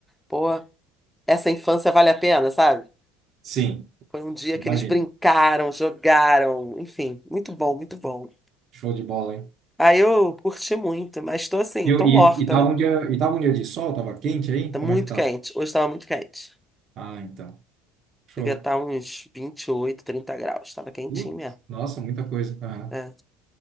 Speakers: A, in the centre; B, on the right (about 50°).
A: pô. essa infância vale a pena, sabe?
B: Sim,
A: Foi um dia
B: imagina.
A: que eles brincaram, jogaram, enfim, muito bom, muito bom.
B: Show de bola, hein?
A: Aí eu curti muito, mas tô assim,
B: E,
A: tô
B: o- e,
A: morta,
B: e tava
A: né?
B: um dia, e tava um dia de sol, tava quente aí?
A: Tá muito
B: Como é que tava?
A: quente. Hoje tava muito quente.
B: Ah, então. Show.
A: Devia estar uns vinte e oito 30 graus. Tava quentinho
B: Putz,
A: mesmo.
B: nossa, muita coisa. Aham.
A: É.